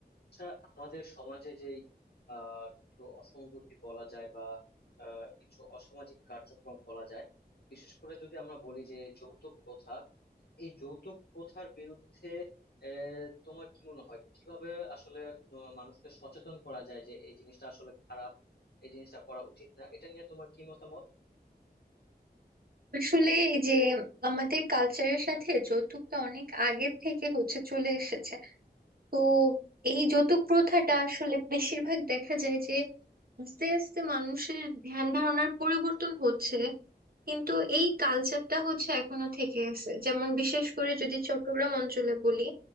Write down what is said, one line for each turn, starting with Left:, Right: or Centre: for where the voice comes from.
Left: আচ্ছা আমাদের সমাজে যেই আহ কিছু অসঙ্গতি বলা যায় বা আহ, কিছু অসামাজিক কার্যক্রম বলা যায় বিশেষ করে যদি আমরা বলি যে যৌতুক প্রথা এই যৌতুক প্রথার বিরুদ্ধে আহ, তোমার কি মনে হয় কিভাবে আসলে আহ, মানুষকে সচেতন করা যায় যে এই জিনিসটা আসলে খারাপ এই জিনিসটা করা উচিত না এটা নিয়ে তোমার কি মতামত
Right: আসলে এই যে আমাদের কালচারের সাথে যৌতুকটা অনেক আগের থেকে হচ্ছে চলে এসেছে তো এই যৌতুক প্রথাটা আসলে বেশিরভাগ দেখা যায় যে আস্তে আস্তে মানুষের ধ্যান ধারণার পরিবর্তন হচ্ছে কিন্তু এই কালচারটা হচ্ছে এখনো থেকে আছে যেমন বিশেষ করে যদি চট্টগ্রাম অঞ্চলে বলি